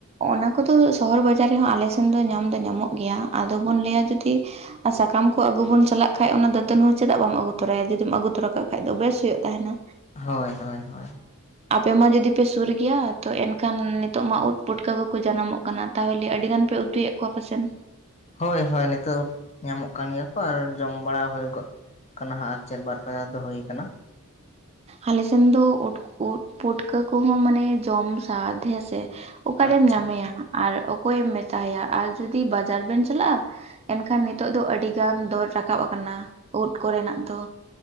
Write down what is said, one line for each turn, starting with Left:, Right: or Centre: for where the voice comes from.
Right: ᱚᱱᱟ ᱠᱚᱫᱚ ᱥᱚᱦᱚᱨ ᱵᱟᱡᱟᱨ ᱨᱮᱦᱚᱸ ᱟᱞᱮ ᱥᱮᱱ ᱫᱚ ᱧᱟᱢ ᱫᱚ ᱧᱟᱢᱚᱜ ᱜᱮᱭᱟ ᱟᱫᱚ ᱵᱚᱱ ᱞᱟᱹᱭᱟ ᱡᱩᱫᱤ ᱥᱟᱠᱟᱢ ᱠᱚ ᱟᱹᱜᱩ ᱵᱚᱱ ᱪᱟᱞᱟᱜ ᱠᱷᱟᱡ ᱚᱱᱟ ᱫᱟᱹᱛᱟᱹᱱ ᱦᱚᱸ ᱪᱮᱫᱟᱜ ᱵᱟᱢ ᱟᱹᱜᱩ ᱛᱚᱨᱟᱭᱟ ᱡᱩᱫᱤᱢ ᱟᱹᱜᱩ ᱛᱚᱨᱟ ᱠᱟᱜ ᱠᱷᱟᱱ ᱫᱚ ᱵᱮᱥ ᱦᱩᱭᱩᱜ ᱛᱟᱦᱮᱱᱟ᱾
Left: ᱦᱳᱭ, ᱦᱳᱭ, ᱦᱳᱭ,
Right: ᱟᱯᱮ ᱢᱟ ᱡᱩᱫᱤ ᱯᱮ ᱥᱩᱨ ᱜᱮᱭᱟ ᱛᱚ ᱮᱱᱠᱷᱟᱱ ᱱᱤᱛᱚᱜ ᱢᱟ ᱩᱫ ᱯᱩᱴᱠᱟᱹ ᱠᱚᱠᱚ ᱡᱟᱱᱟᱢᱚᱜ ᱠᱟᱱᱟ᱾ ᱛᱟᱦᱚᱞᱮ ᱟᱹᱰᱤ ᱜᱟᱱ ᱯᱮ ᱩᱛᱩᱭᱮᱫ ᱠᱚᱣᱟ ᱯᱟᱥᱮᱱ?
Left: ᱦᱳᱭ, ᱦᱳᱭ, ᱱᱤᱛᱚᱜ ᱧᱟᱢᱚᱜ ᱠᱟᱱ ᱜᱮᱭᱟ ᱠᱚ ᱟᱨ ᱡᱚᱢ ᱵᱟᱲᱟ ᱦᱳᱭ ᱜᱚᱫ ᱠᱟᱱᱟ ᱦᱟᱸᱜ ᱟᱨ ᱪᱮᱫ ᱵᱟᱨᱯᱮ ᱫᱷᱟᱣ ᱦᱳᱭ ᱟᱠᱟᱱᱟ᱾
Right: ᱟᱞᱮ ᱥᱮᱱ ᱫᱚ ᱩᱴ ᱩᱫ ᱯᱩᱴᱠᱟᱹ ᱠᱚᱦᱚᱸ ᱢᱟᱱᱮ ᱡᱚᱢ ᱥᱟᱫ ᱦᱮᱸ ᱥᱮ᱾ ᱚᱠᱟᱨᱮᱢ
Left: ᱟᱪᱪᱷᱟ
Right: ᱧᱟᱢᱮᱭᱟ
Left: ᱟᱪᱪᱷᱟ
Right: ᱟᱨ ᱚᱠᱚᱭᱮᱢ ᱢᱮᱛᱟᱭᱟ, ᱟᱨ ᱡᱩᱫᱤ ᱵᱟᱡᱟᱨ ᱵᱮᱱ ᱪᱟᱞᱟᱜᱼᱟ? ᱮᱱᱠᱷᱟᱱ ᱱᱤᱛᱚᱜ ᱫᱚ ᱟᱹᱰᱤ ᱜᱟᱱ ᱫᱚᱨ ᱨᱟᱠᱟᱵ ᱟᱠᱟᱱᱟ ᱩᱫ ᱠᱚᱨᱮᱱᱟᱜ ᱫᱚ᱾